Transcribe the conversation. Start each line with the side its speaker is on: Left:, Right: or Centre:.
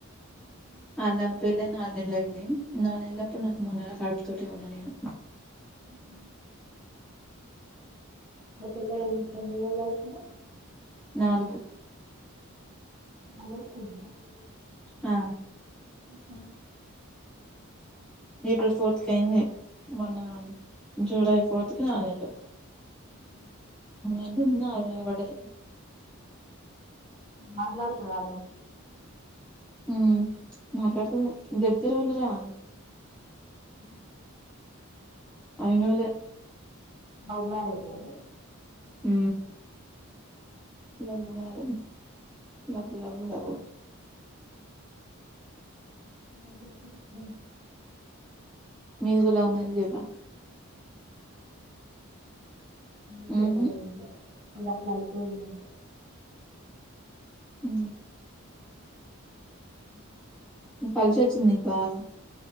Right: మ్మ్ హు
Centre: ఆళ్ళ పెళ్ళయి నాలుగు నెల్లయింది నాలు నెల్లప్పుడు నాకు మూడు నెల కడుపు తోటే ఉన్నా నేను
Right: ఆహా మీ పెళ్ళయి ఎన్ని నెల్లలైతుంది
Centre: నాలుగు
Right: <inaudible>
Centre: ఆ
Right: హలో
Centre: ఏప్రిల్ ఫోర్త్ కి అయింది మొన్న జూలై ఫోర్త్ కి నాలుగు నెలలు
Right: ఉమ్
Centre: ఇదింద అ పడుదు
Right: మాట్లాడతదానే
Centre: ఊ మాట్లాడుతది దగ్గర వెళ్ళిరా
Right: ఉ
Centre: అయినోల్లె
Right: లవ్ మ్యారేజ్ గదే
Centre: ఊ love wow love love love
Right: మా దగ్గర ఊ
Centre: మీది గూడా లవ్ మ్యారజేనా
Right: ఏం
Centre: ఉమ్
Right: జెప్పలే ఇంట్లో అది అట్లా అయిపోయిందంతే
Centre: ఊ
Right: ఊ
Centre: కలిసోచ్చింది నీకు బాగా